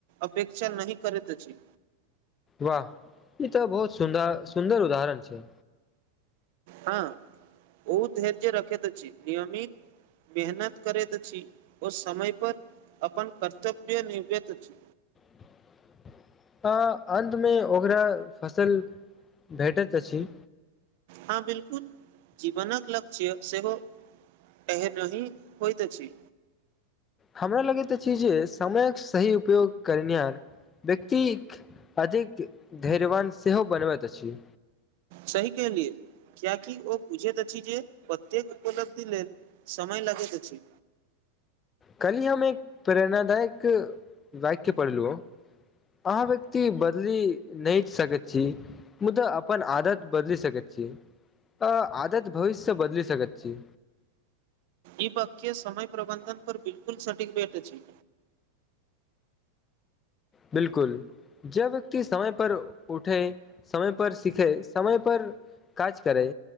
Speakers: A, on the right; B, on the left.
A: अपेक्षा नहि करैत अछि
B: वाह ई तऽ बहुत सुन्दर सुन्दर उदरण छै
A: हँ उ धैर्य रखैत अछि नियमित मेहनत करैत छी ओ समय पर अपन कर्तव्य निभबेत अछि
B: <unintelligible> अन्तमे ओकरा फसल भेटैत अछि
A: हँ बिल्कुल जीवनक लक्ष्य सेहो ह नी होइत त छै
B: हमरा लगैत अछि जे समयक सही उपयोग करनिहार व्यक्तिक अधिक धैर्यवान सेहो बनबैत अछि
A: सही कलियए कियाकि ओ बुझैत अछि जे प्रत्येक उपलब्धि लेल समय लगैत अछि
B: कल्हि हम एक प्रेरणादायक वाक्य पढ़लहु ह अहाँ व्यक्ति बदलि नहि सकैत छी मुदा पन आदत बदलि सकै छी अ आदत भविष्य बदलि सकै त छी
A: ईपख समय प्रबंधक पर बिल्कुल सटीक डेट छै
B: बिल्कुल जब कि समय पर उठे समय पर सीखे समय पर काज करे